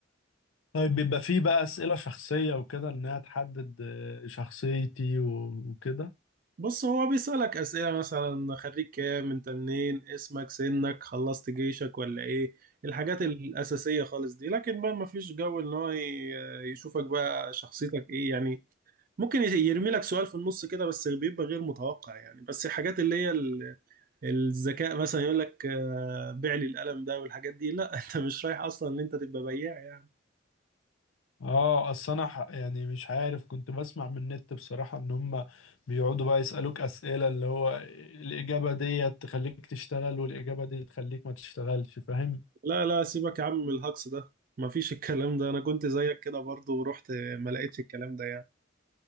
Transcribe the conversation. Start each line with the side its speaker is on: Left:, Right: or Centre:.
Left: طيب بيبقى فيه بقى أسئلة شخصية وكده إنها تحدد آه، شخصيتي و- وكده
Right: بص هو بيسألك أسئلة مثلا خريج كام انت منين اسمك سنك خلصت جيشك ولا ايه الحاجات الأساسية خالص دي لكن بقى مفيش جو ان هو ي- يشوفك بقى شخصيتك ايه يعني ممكن يرمي لك سؤال في النص كده بس بيبقى غير متوقع يعني بس الحاجات اللي هي ال- الذكاء مثلا يقول لك آه، بيع لي القلم ده والحاجات دي لا <laughs> انت مش رايح اصلا ان انت تبقى بياع يعني
Left: اه اصل انا ح- يعني مش عارف كنت بسمع من النت بصراحة ان هم بيقعدوا بقى يسألوك أسئلة اللي هو آه، الإجابة دي تخليك تشتغل والإجابة دي تخليك ما تشتغلش فاهم
Right: لا لا سيبك يا عم من الهجص ده مفيش الكلام ده انا كنت زيك كده برضو ورحت ما لقيتش الكلام ده يعني